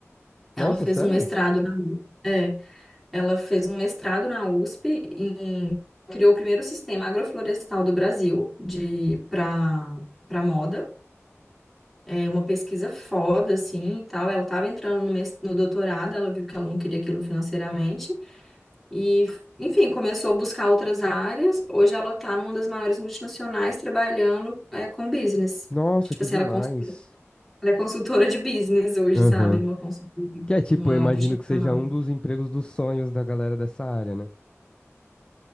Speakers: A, in the centre; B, on the left.
A: Ela
B: Nossa,
A: fez
B: sério?
A: um mestrado na, é, ela fez um mestrado na USP em criou o primeiro sistema agroflorestal do Brasil de para para moda. É uma pesquisa foda, assim, e tal. Ela estava entrando no, mes- no doutorado, ela viu que ela não queria aquilo financeiramente. E, enfim, começou a buscar outras áreas. Hoje ela está numa das maiores multinacionais trabalhando é, com business.
B: Nossa,
A: Tipo
B: que
A: assim,
B: demais.
A: ela, é cons- ela é consultora de business hoje,
B: Aham.
A: sabe? Uma consultora,
B: Que é tipo,
A: uma
B: eu imagino
A: multinacional.
B: que seja um dos empregos dos sonhos da galera dessa área, né?